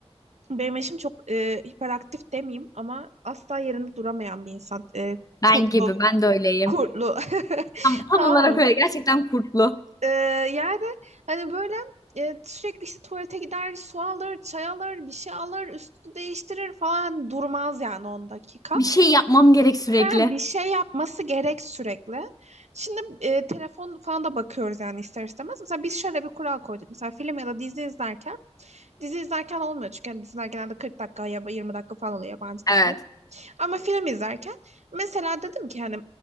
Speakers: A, on the right; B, on the left.
A: benim eşim çok e, hiperaktif demeyeyim ama asla yerinde duramayan bir insan. E,
B: Ben
A: kurtlu,
B: gibi, ben de öyleyim.
A: kurtlu. <laughs>
B: Tam, tam
A: Tamam
B: olarak
A: mı?
B: öyle. Gerçekten kurtlu.
A: E, yani hani böyle e, sürekli işte tuvalete gider, su alır, çay alır, bir şey alır, üstü değiştirir falan durmaz yani 10 dakika.
B: Bir şey yapmam gerek sürekli.
A: Her bir şey yapması gerek sürekli. Şimdi e, telefon falan da bakıyoruz yani ister istemez. Mesela biz şöyle bir kural koyduk. Mesela film ya da dizi izlerken Dizi izlerken olmuyor çünkü hani diziler genelde 40 dakika ya da 20 dakika falan oluyor yabancı dizi.
B: Evet.
A: Ama film izlerken mesela dedim ki hani